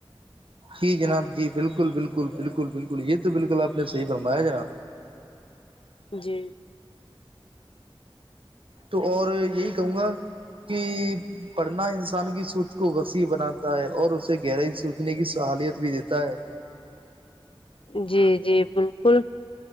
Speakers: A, on the right; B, on the left.
A: جی جناب جی بالکل بالکل بالکل بالکل یہ تو بالکل آپ نے صحیح برمایا جناب
B: جی
A: تو اور یہی کہوں گا کہ پڑھنا انسان کی سوچ کو وسیع بناتا ہے اور اسے گہرائی سوچنے کی صہالیت بھی دیتا ہے
B: جی جی بالکل